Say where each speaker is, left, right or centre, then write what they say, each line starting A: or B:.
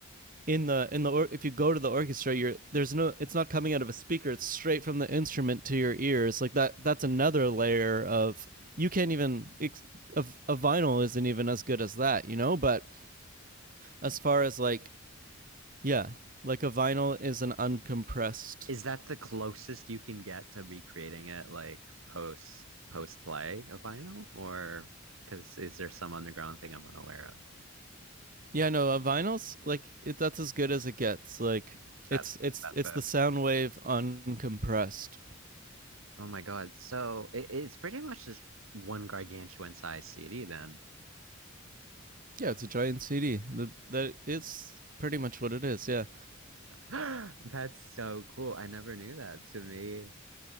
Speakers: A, on the right (about 45°); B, on the right (about 75°).
A: in the in the or- if you go to the orchestra you're there's no it's not coming out of a speaker it's straight from the instrument to your ears like that that's another layer of you can't even a, a vinyl isn't even as good as that you know but as far as like yeah like a vinyl is an uncompressed
B: Is that the closest you can get to recreating it like post post play of vinyl? Or because is there some underground thing I'm unaware of?
A: Yeah, no, uh, vinyls like it, that's as good as it gets. Like
B: That's
A: it's it's
B: that's
A: it's
B: it.
A: the sound wave uncompressed.
B: Oh my God. So it, it's pretty much just one gargantuan size CD then.
A: Yeah, it's a giant CD. That that it's pretty much what it is. Yeah.
B: <gasps> That's so cool. I never knew that to me.